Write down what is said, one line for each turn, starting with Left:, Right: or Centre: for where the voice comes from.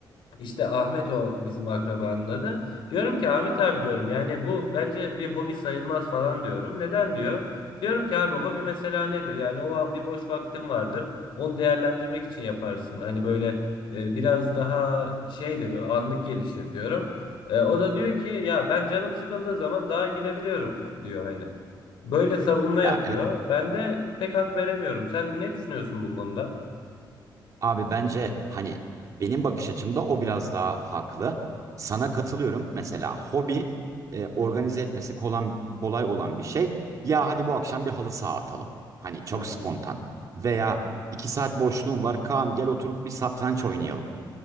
Left: işte Ahmet o bizim akrabanın adı. Diyorum ki Ahmet abi diyorum yani bu bence bir hobi sayılmaz falan diyorum. Neden diyor? Diyorum ki abi hobi mesela nedir? Yani o an bir boş vaktin vardır. Onu değerlendirmek için yaparsın. Hani böyle e, biraz daha şeydir böyle anlık gelişir diyorum. E, o da diyor ki ya ben canım sıkıldığı zaman dağa gidebiliyorum diyor hani. Böyle savunma
Right: Ya
Left: yapıyor.
Right: e-
Left: Ben de pek hak veremiyorum. Sen ne düşünüyorsun bu konuda?
Right: Abi bence hani benim bakış açımda o biraz daha haklı. Sana katılıyorum. Mesela hobi e, organize etmesi kolay, kolay olan bir şey. Ya hadi bu akşam bir halı saha atalım. Hani çok
Left: Hı
Right: spontan. Veya
Left: hı.
Right: iki saat boşluğum var. Kaan gel oturup bir satranç oynayalım